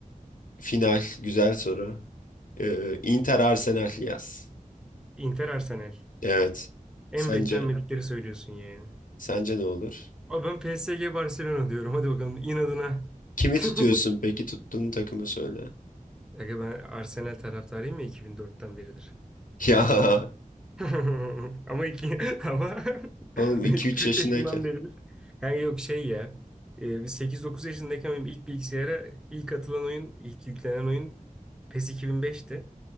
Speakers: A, on the left; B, in the centre.
A: Final güzel soru. Ee, Inter
B: Hı.
A: Arsenal yaz.
B: Inter Arsenal.
A: Evet.
B: En
A: Sence?
B: beklenmedikleri söylüyorsun yani.
A: Sence ne olur?
B: Abi ben PSG Barcelona diyorum. Hadi bakalım inadına.
A: Kimi
B: <laughs>
A: tutuyorsun peki? Tuttuğun takımı söyle.
B: Aga ben Arsenal taraftarıyım ya 2004'ten beridir.
A: <laughs> Ya
B: <laughs> Ama iki <laughs> ama <laughs>
A: Tamam iki üç
B: 2-3
A: yaşındayken.
B: yaşından beridir. Yani yok şey ya. e, Biz 8-9 yaşındayken benim ilk bilgisayara ilk atılan oyun, ilk yüklenen oyun PES 2005'ti.